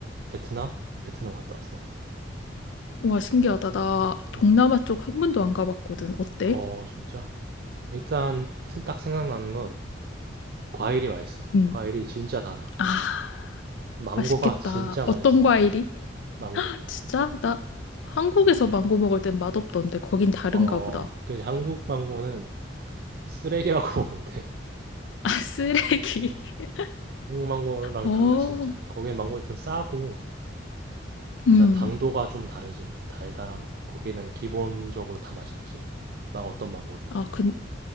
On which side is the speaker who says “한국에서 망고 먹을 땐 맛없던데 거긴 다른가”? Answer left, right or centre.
Left